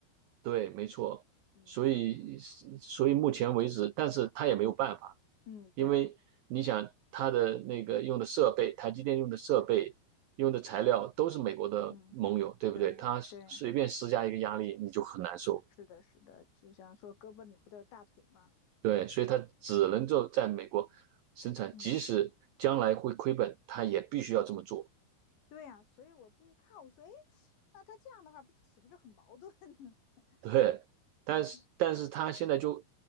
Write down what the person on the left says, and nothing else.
嗯
嗯，对，
对
嗯
对对，
是的，是的，就像说胳膊拧不得大腿嘛，
嗯，
对呀、所以我自己看，我说，哎，那他这样的话，不是岂不是很矛盾呢
<laughs>
嗯，